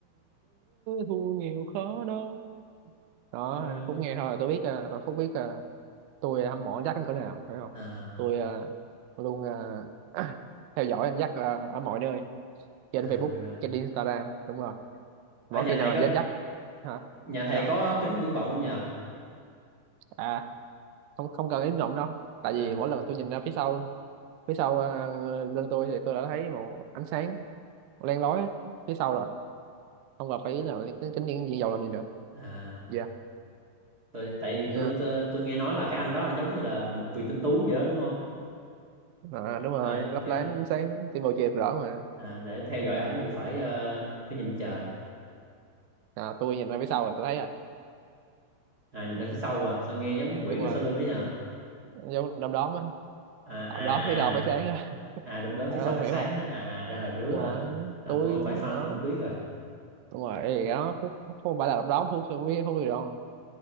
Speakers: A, on the right (about 80°); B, on the right (about 45°).
A: Thu nhiều khó đó đó
B: Ờ,
A: Phúc nghe thôi là tôi biết à, Phúc biết à, tôi hâm mộ anh Jack đến cỡ nào phải không
B: à
A: tôi à, luôn à, <clears throat> theo dõi anh Jack à, ở mọi nơi trên
B: à
A: Facebook
B: mọi nơi
A: trên Instagram đúng rồi
B: ở
A: mỗi
B: nhà
A: khi
B: thầy
A: nào mà
B: có
A: Jack Jack hả
B: Nhà thầy
A: sao
B: có kính viễn vọng không nhờ?
A: à không không cần im lặng đâu tại vì
B: À,
A: mỗi lần tôi nhìn ra phía sau phía sau à, lưng tôi thì tôi đã thấy một ánh sáng len lói phía sau rồi không cần phải ý là cái cái nhiên diện dầu làm gì nữa
B: à,
A: Dạ.
B: tôi tại vì
A: nha
B: tôi, tôi tôi nghe nói là cái anh đó anh giống như là một vị tinh tú vậy đó đúng không?
A: à, đúng rồi
B: À,
A: lấp
B: kiểu
A: lánh
B: là,
A: ánh sáng trên bầu trời rõ mà
B: à, để theo dõi ảnh thì phải ờ, phải nhìn trời,
A: à, tôi nhìn ra phía sau là tôi thấy à
B: à nhìn
A: ừ,
B: ra phía sau à, sao nghe giống quỷ
A: đúng
B: cái
A: rồi
B: sau lưng ấy nhờ?
A: giống đom đóm á
B: À à
A: đom đóm phía sau phát sáng á
B: à, à đom đóm
A: à,
B: phía sau
A: không
B: phát
A: hiểu
B: sáng
A: à
B: à, à à ra là rứa
A: đúng rồi
B: à. À
A: tôi
B: tôi không phải fan
A: đó
B: tôi không biết rồi.
A: đúng rồi Ê, cái đó Phúc, Phúc không phải là đom đóm Phúc không biết không biết đâu